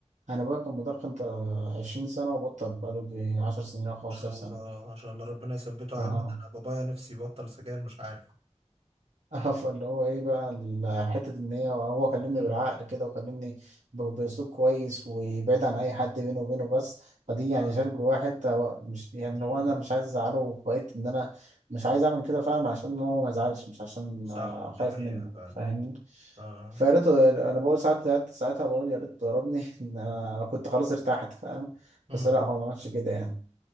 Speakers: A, on the right; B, on the right.
A: انا بقى كان مدخن تا 20 سنه وبطل بقاله يجي 10 سنين او 15
B: شاء
A: سنه
B: الله ما شاء الله ربنا يثبته يا
A: ف-
B: عم
A: <laughs>
B: ده انا بابايا نفسي يبطل سجاير مش عارف
A: اه فاللي هو ايه بقى ال- حته ان هي هو كلمني
B: مم.
A: بالعقل كده وكلمني ب- باسلوب كويس وبعيد عن اي حد بينه وبينه بس فدي يعني
B: آه.
A: شال جواه حته هو مش يعني
B: مم.
A: هو انا مش عايز ازعله وبقيت ان انا مش عايز اعمل كده فعلا عشان هو ما يزعلش مش عشان
B: صح
A: آه،
B: دي
A: خايف
B: حقيقة
A: منه
B: فعلا
A: فاهمني
B: آه.
A: فيا ريت انا بقول ساعات ساعات- ساعتها بقول يا ريت ضربني <laughs> ان انا كنت خلاص ارتحت فاهم
B: مم.
A: بس لا هو ما عملش كده يعني